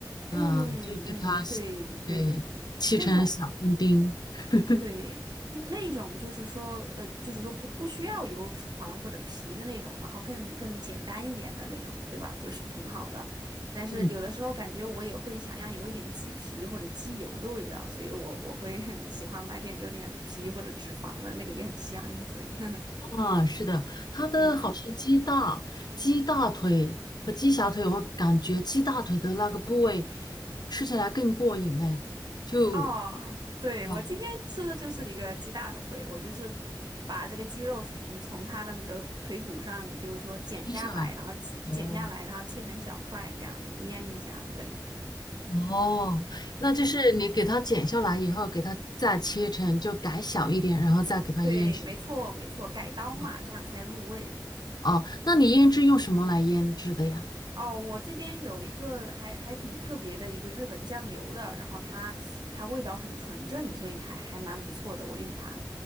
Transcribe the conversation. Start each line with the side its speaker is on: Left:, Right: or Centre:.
Left: 嗯、
Right: 嗯嗯，
Left: 就给它
Right: 对对，
Left: 对切成小丁丁。
Right: 那种
Left: <laughs>
Right: 对那种就是说，呃，就是说不不需要有脂肪或者皮的那种，然后更更简单一点的那种，对吧？就是挺好的。但是有的时候感觉我也会想要有一点鸡皮或者鸡油的味道，
Left: 嗯，
Right: 所以我我会 <laughs> 喜欢买点有点皮或者脂肪的那个也很香，所以 <laughs>
Left: 啊，是的，它的好像鸡大、
Right: 嗯。
Left: 鸡大腿和鸡小腿，我感觉鸡大腿的那个部位吃起来更过瘾哎，就
Right: 哦，对，
Left: 把
Right: 我今天吃的就是一个鸡大腿，我就是把这个鸡肉从从它的那个腿骨上，就是说剪下来，
Left: 劈下来。
Right: 然后剪剪下来，
Left: 哦
Right: 然后切成小块，这样子腌一下。对，
Left: 哦，那就是你给它剪下来以后，给它再切成就改小一点，然后再给它腌制。
Right: 对，没错，没错，改刀嘛，
Left: 嗯
Right: 这样才入味。
Left: 哦，那你腌制用什么来腌制的呀？
Right: 哦，我这边有一个还还挺特别的一个日本酱油的，然后它它味道很纯正，所以还还蛮不错的，我用它。